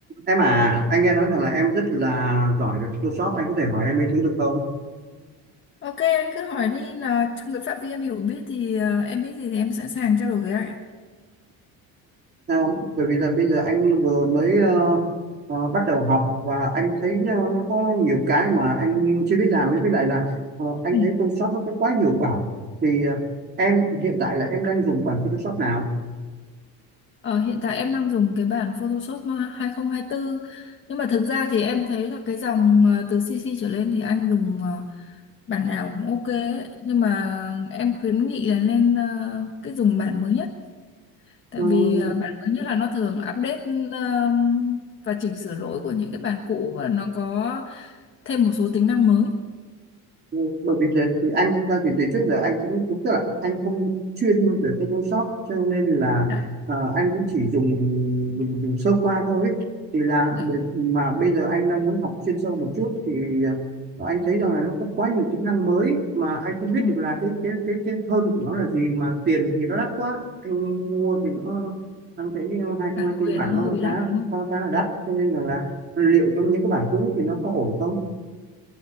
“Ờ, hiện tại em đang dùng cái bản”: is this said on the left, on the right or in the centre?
Left